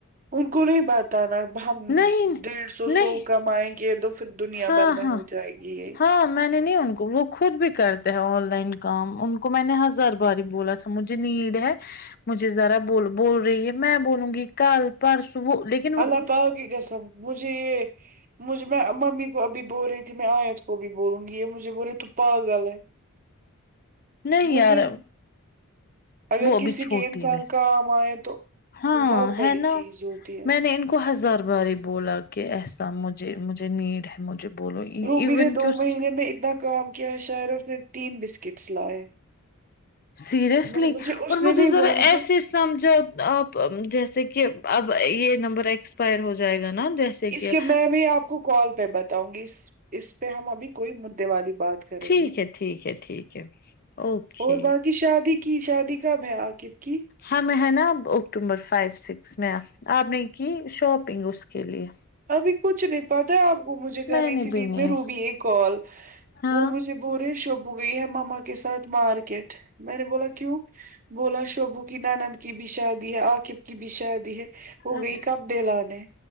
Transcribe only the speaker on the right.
ان کو نہیں بتانا ہم
ڈیڑھ سو
سو کمائیں گے تو پھر دنیا
بھر میں
ہو جائے گی یہ
اللہ آپ آؤ گی کیسا مجھے یہ مجھے میں ممی کو ابھی بول رہی تھی میں آیت کو بھی بولوں گی یہ مجھے بول رہی تو پاگل ہے
مجھے
اگر
کسی
کے انسان
کام آئے تو
وہ بہت بڑی
چیز ہوتی ہے
روبی
نے
<unintelligible> کام کیا ہے شاعر اس نے تین بسکٹس لائے
میں مجھے اس
نے
نہیں
بولا مجھے
اس
کے میں ابھی آپ کو کال پہ بتاؤں گی اس پہ ہم ابھی کوئی مدے والی بات کریں
گے
اور باقی شادی کی شادی کب ہے عقب کی
ابھی کچھ نہیں پتا آپ کو مجھے کر
رہی
تھی دن
میں روبی ایک کال
وہ مجھے ب ے شب ہو گئی ہے مما کے ساتھ مارکیٹ میں نے بولا کیوں بولا شوبو کی نانند کی بھی شادی ہے عقیب کی بھی شادی ہے ہو گئی
کب دلانے